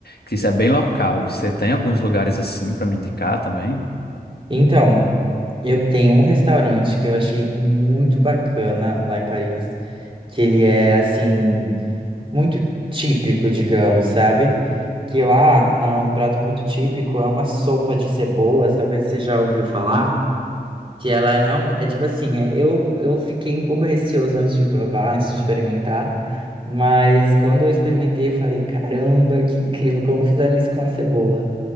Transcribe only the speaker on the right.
Então, eu tenho um restaurante que eu achei muito bacana lá em Paris, que ele é assim. muito típico, digamos, sabe? Que lá, ah, um prato muito típico é uma sopa de cebolas, talvez você já ouviu falar, que ela é realmente, é tipo assim, é- eu, eu fiquei um pouco receoso antes de provar, antes de experimentar, mas quando eu experimentei, eu falei, caramba, que incrível, como fizeram isso com a cebola?